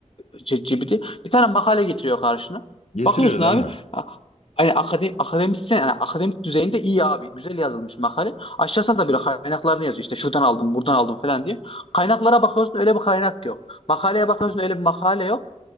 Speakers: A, on the left (about 45°); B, on the left (about 65°).
A: e, ChatGPT. Bir tane makale getiriyor karşına.
B: Getiriyor
A: Bakıyorsun
B: değil
A: abi
B: mi?
A: ha, hani akademik akademisyen yani akademik düzeyinde iyi abi. Güzel yazılmış makale. Aşağısına da böyle kaynaklarını yazıyor. İşte şuradan aldım, buradan aldım falan diye. Kaynaklara bakıyorsun öyle bir kaynak yok. Makaleye bakıyorsun öyle bir makale yok.